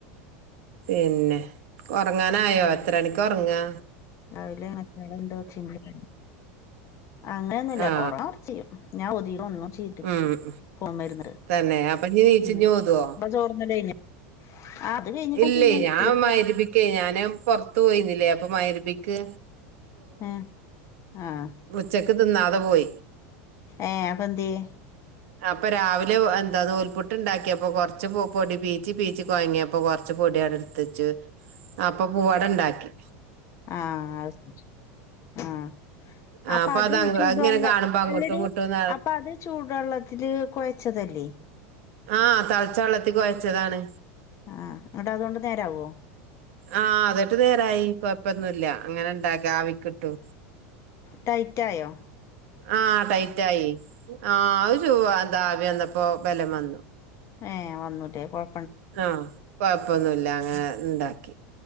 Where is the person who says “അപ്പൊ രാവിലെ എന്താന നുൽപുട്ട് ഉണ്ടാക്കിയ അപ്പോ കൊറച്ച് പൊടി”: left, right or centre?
Right